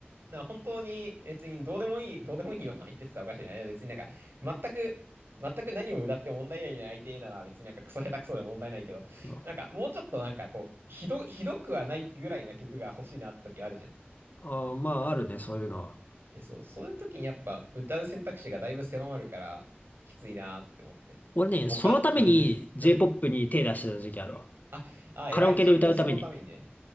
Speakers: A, on the right; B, on the left.
A: な本当に別にどうでもいい、どうでもいいような相手って言ったらおかしいな。いや別になんか、全く、全く何を歌っても問題ない相手なら別になんかクソ下手くそでも問題ないけど、
B: あ
A: なんかもうちょっとなんかこう、ひど、ひどくはないぐらいな曲が欲しいなって時あるじゃん。
B: あー、まあ、あるね、そういうのは。
A: え、そう、そういう時にやっぱ歌う選択肢がだいぶ狭まるから、きついなって思って。
B: 俺ね、
A: ボカロ、
B: そのために
A: うん、
B: J-POP
A: うん。
B: に手出してた時期あるわ。
A: あ、あ、
B: カラオケで歌うために。
A: 偉い。ちゃんとそのためにね。